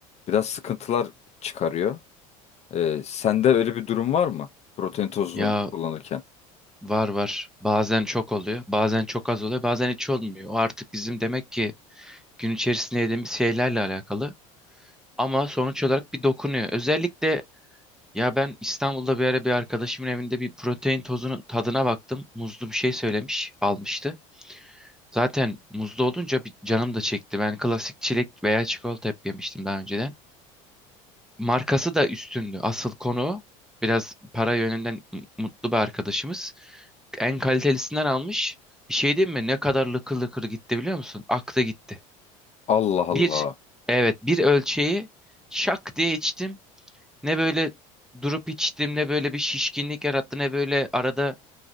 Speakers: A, on the left; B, in the centre.
A: biraz sıkıntılar çıkarıyor. Ee, sende öyle bir durum var mı? Protein tozunu
B: Ya
A: kullanırken.
B: var var. Bazen çok oluyor, bazen çok az oluyor, bazen hiç olmuyor. O artık bizim demek ki gün içerisinde yediğimiz şeylerle alakalı. Ama sonuç olarak bir dokunuyor. Özellikle ya ben İstanbul'da bir ara bir arkadaşımın evinde bir protein tozunun tadına baktım. Muzlu bir şey söylemiş, almıştı. Zaten muzlu olunca bir canım da çekti. Ben klasik çilek veya çikolata hep yemiştim daha önceden. Markası da üstündü. Asıl konu o. biraz para yönünden m- mutlu bir arkadaşımız. En kalitelisinden almış. Bir şey diyeyim mi? Ne kadar lıkır lıkır gitti biliyor musun? Aklı gitti.
A: Allah
B: Bir,
A: Allah.
B: evet bir ölçeği şak diye içtim. Ne böyle durup içtim ne böyle bir şişkinlik yarattı ne böyle arada